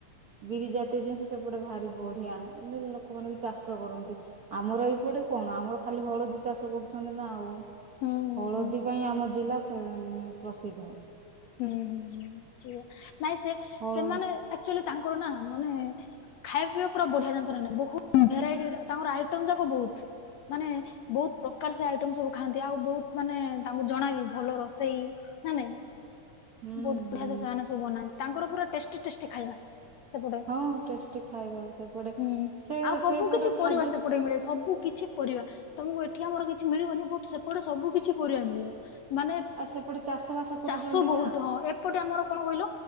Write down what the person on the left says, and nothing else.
ହୁଁ
ହୁଁ
ହୁଁ ହୁଁ ହୁଁ ନାଇଁ ସେ
ସେମାନେ। ଆକ୍ଚୁଲି ତାଙ୍କର ନା ମାନେ- ଖାଇବା ପିଇବା ପୁରା ବଢିଆ ଜାଣିଛ ନା ବହୁତ ଭେରାଇଟି ତାଙ୍କର ଆଇଟମ ଯାକ ବହୁତ ମାନେ। ବହୁତ ପ୍ରକାର ସେ ଆଇଟମ ସବୁ ଖାଆନ୍ତି। ଆଉ ବହୁତ ମାନେ ତାଙ୍କୁ ଜଣ ବିି ଭଲର। ରୋଷେଇ ନା ନାଇଁ।
ବହୁତ
ବଢିଆ ସେମାନେ ସବୁ ବନାନ୍ତି ତାଙ୍କର ପୁରା ଟେଷ୍ଟୀ, ଟେଷ୍ଟି ଖାଇବା। ସେପଟେ
ହୁଁ
ଆଉ ସବୁ
କିଛି ପରିବା
ସେପଟେ ମିଳେ ସବୁ କିଛି। ପରିବା ତମକୁ ଏଠି ଆମର କିଛି ମିଳିବନି ବଟ ସେପଟେ ସବୁ କିଛି ପରିବା ମିଳିବ। ମାନେ
ଚାଷ ବହୁତ
ହଁ ଏପଟେ ଆମର କଣ କହିଲ